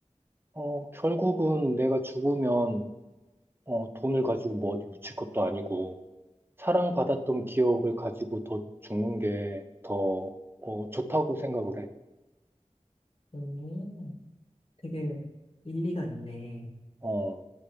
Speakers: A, on the right; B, on the left.
A: 어, 결국은 내가 죽으면, 어, 돈을 가지고 뭐 어디 묻힐 것도 아니고, 사랑받았던 기억을 가지고 더 죽는 게 더, 어, 좋다고 생각을 해.
B: 음, 되게 일리가 있네.
A: 어,